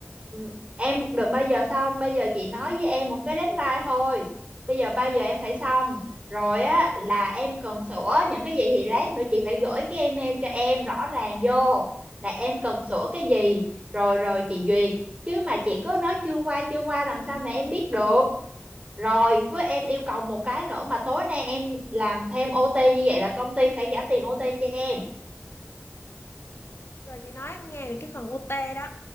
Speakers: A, on the right; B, on the left.
A: ừm, em được bao giờ xong bây giờ chị nói với em một cái deadline thôi bây giờ bao giờ em phải xong rồi á là em cần sửa những cái gì thì lát nữa chị phải gửi cái email cho em rõ ràng vô là em cần sửa cái gì rồi rồi chị duyệt chứ mà chị cứ nói chưa qua chưa qua làm sao mà em biết được rồi với em yêu cầu một cái nữa mà tối nay em làm thêm OT như vậy là công ty phải trả tiền OT cho em.
B: Rồi chị nói em nghe là cái phần OT đó.